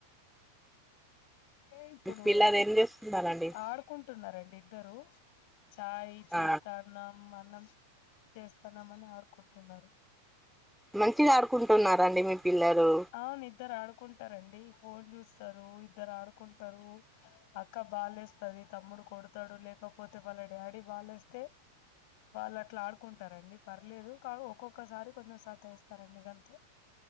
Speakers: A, on the left; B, in the centre.
A: ఇప్పుడు
B: మీ పిల్లలు ఏం చేస్తున్నారండి
A: ఆడు కుంటున్నారండి ఇద్దరు చాయ్ చేస్త
B: ఆ
A: తున్నాం అన్నం చేస్తున్నాం అని ఆడుకుంటున్నారు
B: మంచిగా ఆడుకుంటున్నారండి మీ పిల్లలు
A: అవును ఇద్దరు ఆడుకుంటారండి ఫోన్ చూస్తారు ఇద్దరు ఆడుకుంటారు అక్క బాలేస్తది తమ్ముడు కొడుతాడు లేకపోతే వాళ్ళ డాడీ బాలేస్తే వాళ్ళు అట్లా ఆడుకుంటారండి పర్లేదు కా ఒక్కొక్కసారి కొంచెం సత ఇస్తారండి గంతే